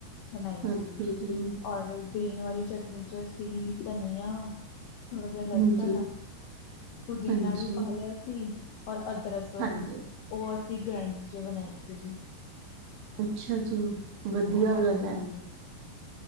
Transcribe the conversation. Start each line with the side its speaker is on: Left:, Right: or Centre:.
Left: ਬਣਾਈ
Right: ਓਕੇ
Left: ਸੀਗੀ,
Right: ਜੀ
Left: ਔਰ ਗ੍ਰੀਨ ਵਾਲੀ ਚਟਨੀ ਚ- ਚ ਧਨੀਆ ਥੋੜਾ ਜਾ
Right: ਹਾਂਜੀ
Left: ਲਸਣ ਪੁਦੀਨਾ
Right: ਹਾਂਜੀ
Left: ਵੀ ਪਾ ਲਿਆ ਸੀ, ਔਰ ਅਦਰਕ
Right: ਹਾਂਜੀ
Left: ਉਹ ਅਸੀਂ ਗ੍ਰੈਂਡਰ ਚ ਬਣਾਈ ਸੀਗੀ।
Right: ਅੱਛਾ ਜੀ ਵਧੀਆ
Left: ਹਾਂਜੀ
Right: ਗੱਲ ਹੈ।